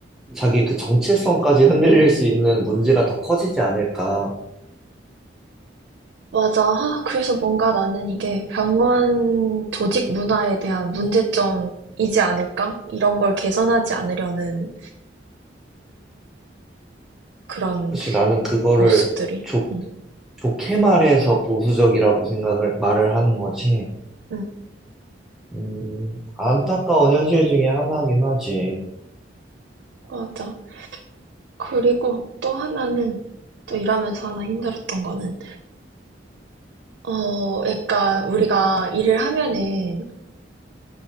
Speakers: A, in the centre; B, on the right.
A: 자기 그 정체성까지 <laughs> 흔들릴 수 있는 문제가 더 커지지 않을까.
B: 맞아. 아, 그래서 뭔가 나는 이게 병원 조직 문화에 대한 문제점이지 않을까? 이런 걸 개선하지 않으려는 그런
A: 사실 나는 그거를
B: 모습들이.
A: 좋
B: 응,
A: 좋게 말해서 보수적이라고 생각을, 말을 하는 거지.
B: 응,
A: 음, 안타까운 현실 중에 하나긴 하지.
B: 맞아. 그리고 또 하나는, 또 일하면서 하나 힘들었던 거는, 어, 약간 우리가 일을 하면은,